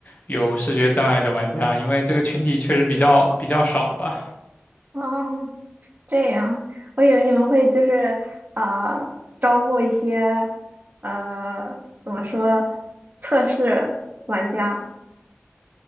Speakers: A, on the left; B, on the right.
A: 有视觉障碍的玩家，因为这个群体确实比较比较少吧。
B: 嗯，这样，我以为你们会就是，呃，招募一些，呃，怎么说，测试玩家。